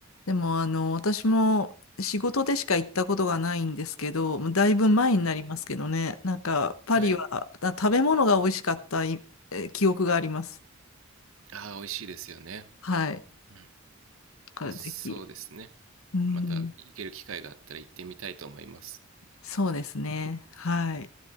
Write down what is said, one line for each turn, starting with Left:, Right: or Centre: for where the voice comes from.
Left: でも、あの、私も仕事でしか行ったことがないんですけど、もうだいぶ前になりますけどね、
Right: うん、
Left: なんか、パリは、
Right: はい
Left: あ食べ物が美味しかったい、え記憶があります。
Right: ああ美味しいですよね、
Left: はい。だ
Right: うん、
Left: からぜひ。
Right: まあ、そうですね。
Left: うん、
Right: また行ける機会があったら行ってみたいと思います。
Left: そうですね。はい。